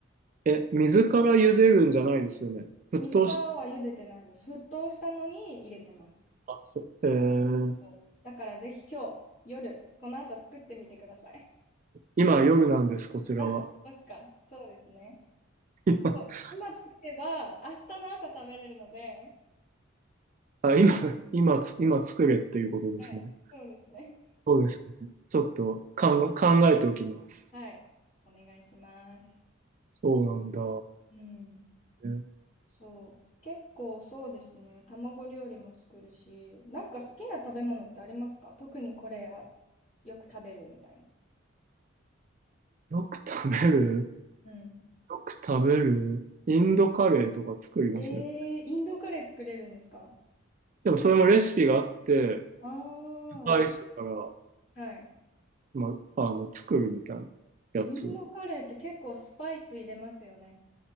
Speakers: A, on the right; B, on the left.
A: え、水から茹でるんじゃないですよね。沸騰
B: 水からは茹でてないです。沸騰したのに入れてます。
A: あ、そう。えー、
B: そうだからぜひ今日、夜、この後作ってみてください。
A: 今夜なんです、こちらは。
B: あ、そっか。そうですね。
A: <laughs>
B: でも今作れば、明日の朝食べれるので、
A: 今、あ、今、今つ、今作れっていうことですね。
B: はい。そうですね。
A: そうですね。ちょっと考え考えておきます。
B: はい。お願いします。
A: そうなんだ。
B: うん。
A: え
B: そう。結構そうですね。卵料理も作るし、なんか好きな食べ物ってありますか特にこれはよく食べるみたいな。
A: よく食べる
B: うん。
A: よく食べるインドカレーとか作りますね。
B: えー、インドカレー作れるんですか
A: でもそれもレシピがあって、
B: あ
A: スパイスから、
B: あー、はい。
A: ま、あの、作るみたいなやつ。
B: インドカレーって結構スパイス入れますよね。